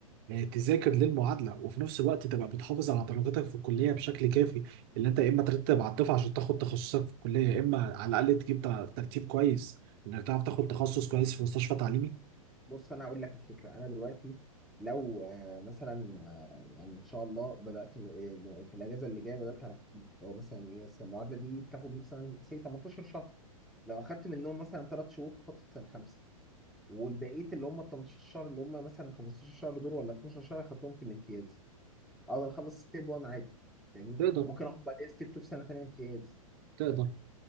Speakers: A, on the right; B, in the centre.
A: آه، تذاكر للمعادله وفي نفس الوقت تبقى بتحافظ على درجاتك في الكليه بشكل كافي اللي انت يا اما ترتب على الدفعه عشان تاخد تخصصك في الكليه يا اما على الاقل تجيب ت- ترتيب كويس انك تعرف تاخد تخصص كويس في مستشفى تعليمي
B: بص انا اقول لك الفكره انا دلوقتي لو آه، مثلا آه، يعني ان شاء الله بدات آه، في الاجازه اللي جايه بدات على خفيف هو مثلا ايه بس المعادله دي بتاخد مثلا سي 18 شهر لو اخدت منهم مثلا 3 شهور في فتره سنه خمسه والبقيه اللي هم ال 18 شهر اللي هم مثلا 15 شهر دول ولا 12 شهر اخدتهم في الامتياز اقدر اخلص ستيب 1 عادي يعني
A: تقدر
B: ممكن اخد بعديها ستيب 2 في سنه ثانيه امتياز
A: تقدر